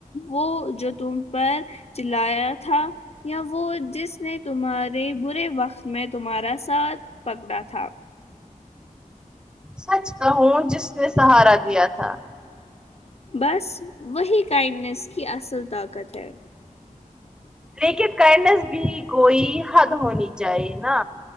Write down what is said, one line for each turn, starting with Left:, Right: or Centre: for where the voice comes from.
Left: وہ جو تم پر چلایا تھا یا وہ جس نے تمہارے برے وقت میں تمہارا ساتھ پکڑا تھا
Centre: سچ کہوں جس نے سہارا دیا تھا
Left: بس وہی کائنڈنیس کی اصل طاقت ہے
Centre: لیکن کائنڈنیس بھی کوئی حد ہونی چاہیے نا